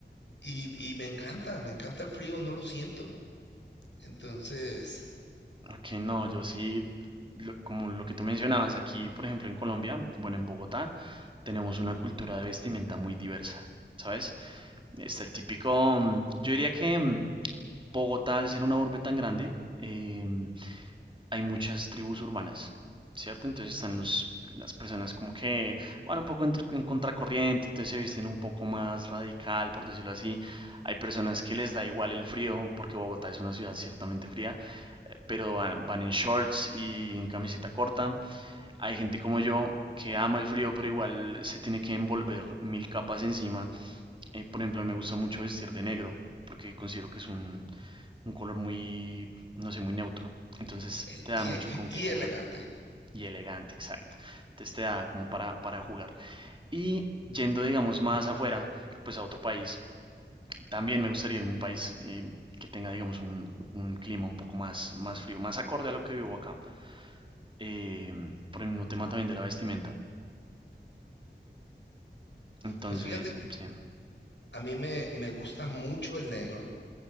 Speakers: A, on the left (about 75°); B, on the right (about 25°).
A: y, y me encanta, me encanta el frío, no lo siento. Entonces,
B: Ok, no, yo sí, lo- como lo que tú mencionabas aquí, por ejemplo, en Colombia, bueno, en Bogotá, tenemos una cultura de vestimenta muy diversa, ¿sabes? Está el típico, mm, yo diría que mm, Bogotá, al ser una urbe tan grande, em, hay muchas tribus urbanas, ¿cierto? Entonces están los, las personas como que van un poco en, tr- en contracorriente, entonces se visten un poco más radical, por decirlo así. Hay personas que les da igual el frío, porque Bogotá es una ciudad ciertamente fría, eh, pero van, van en shorts y en camiseta corta. Hay gente como yo que ama el frío, pero igual se tiene que envolver mil capas encima. Eh, por ejemplo, me gusta mucho vestir de negro, porque considero que es un, un color muy, no sé, muy neutro. Entonces
A: el,
B: te da
A: y,
B: mucho
A: e- <clears throat>
B: con
A: y
B: qué jugar.
A: elegante.
B: Y elegante, exacto. Entonces te da como para, para jugar. Y yendo, digamos, más afuera, pues a otro país, también me gustaría irme a un país eh, que tenga, digamos, un, un clima un poco más, más frío, más acorde a lo que vivo acá. Eh, por el mismo tema también de la vestimenta. Entonces,
A: Pues fíjate, que
B: sí,
A: a mí me, me gusta mucho el negro